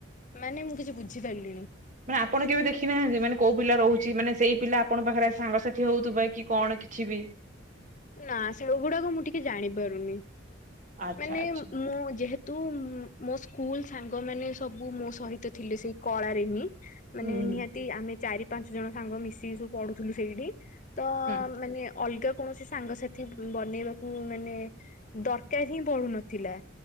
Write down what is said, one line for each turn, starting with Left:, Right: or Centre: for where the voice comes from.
Left: ମାନେ ମୁଁ କିଛି ବୁଝିପାରିଲିନି।
Right: ମାନେ ଆପଣ କେବେ ଦେଖି ନାହାନ୍ତି ମାନେ କୋଉ ପିଲା ରହୁଛି ମାନେ ସେଇ ପିଲା ଆପଣଙ୍କ ପାଖରେ ସାଙ୍ଗସାଥି ହଉଥିବେ କି କଣ କିଛିବି?
Left: ନା ସେଗୁଡାକ ମୁଁ ଟିକେ ଜାଣିପାରୁନି।
Right: ଆଚ୍ଛା
Left: ମାନେ
Right: ଆଚ୍ଛା
Left: ମୁଁ ଯେହେତୁ ମୁଁ ମୋ ସ୍କୁଲ୍ ସାଙ୍ଗମାନେ ସବୁ ମୋ ସହିତ ଥିଲେ ସେଇ କଳାରେ ହିଁ ମାନେ
Right: ହୁଁ
Left: ନିଆ ତି ଆମେ ଚାରି ପାଞ୍ଚ ଜଣ ସାଙ୍ଗ ମିଶି ସବୁ ପଢୁଥିଲୁ ସେଇଠି ତ
Right: ହୁଁ
Left: ମାନେ ଅଲଗା କୌଣସି ସାଙ୍ଗସାଥି ବନେଇବାକୁ ମାନେ ଦର କା ହିଁ ପଡୁନଥିଲା